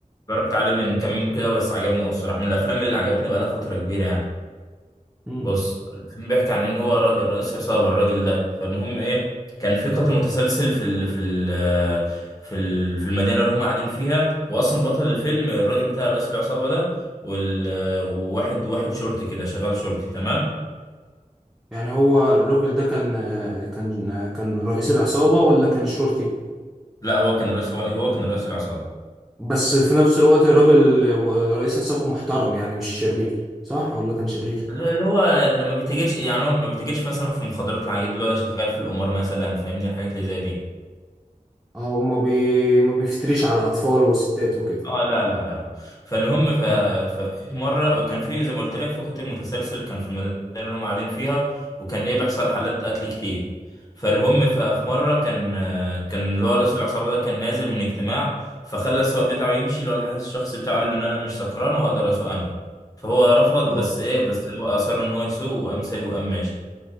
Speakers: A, on the left; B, in the centre.
A: اتفرجت عليه من كام يوم كده بس عجبني قوي الصراحه من الافلام اللي عجبتني بقالها فتره كبيره يعني
B: مم.
A: بص الفيلم بيحكي عن ان هو را- رئيس عصابه الراجل ده فالمهم ايه كان في قاتل متسلسل في ال في ال في ال في المدينه اللي هم قاعدين فيها واصلا بطل الفيلم الراجل بتاع رئيس العصابه ده وال وواحد واحد شرطي كده شغال شرطي تمام
B: يعني هو الراجل ده كان آه، كان آه، كان رئيس العصابة ولا كان الشرطي؟
A: لا هو كان رئيس هو, هو كان رئيس العصابه
B: بس في نفس الوقت الراجل رئيس عصابة محترم يعني مش شرير صح ولا كان شرير
A: اللي هو لما بيتاجرش يعني هو ما بيتاجرش مثلا في المخدرات العادية اللي هو شغال في القمار مثلا فاهمني الحاجات اللي زي دي
B: اه وما بي... ما بيفتريش على أطفال وستات وكده
A: اه لا لا لا فالهم ف...
B: اه
A: ففي مره كان في زي ما قلت لك في قتل متسلسل كان في المدينه اللي هم قاعدين فيها وكان ايه بيحصل حالات قتل كتير فالهم ف... في مره كان كان اللي هو رئيس العصابه ده كان نازل من اجتماع فخلى السواق بتاعه يمشي اللي هو الحارس الشخصي بتاعه قال له ان انا مش سكران وهقدر اسوق انا فهو رفض
B: اه
A: بس ايه بس هو اصر ان هو يسوق وقام سايق وقام ماشي